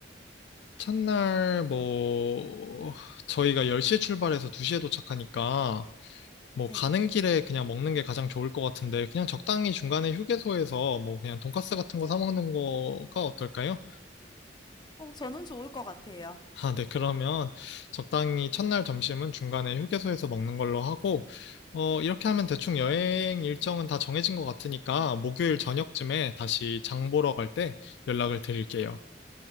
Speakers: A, on the left; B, on the left.
A: 첫날 뭐, 저희가 10시에 출발해서 2시에 도착하니까, 뭐,
B: 네.
A: 가는 길에 그냥 먹는 게 가장 좋을 것 같은데, 그냥 적당히 중간에 휴게소에서 뭐, 그냥 돈까스 같은 거 사 먹는 거가 어떨까요?
B: 어, 저는 좋을 것 같아요.
A: 아, 네, 그러면 적당히 첫날 점심은 중간에 휴게소에서 먹는 걸로 하고, 어, 이렇게 하면 대충 여행 일정은 다 정해진 것 같으니까 목요일 저녁쯤에 다시 장 보러 갈 때 연락을 드릴게요.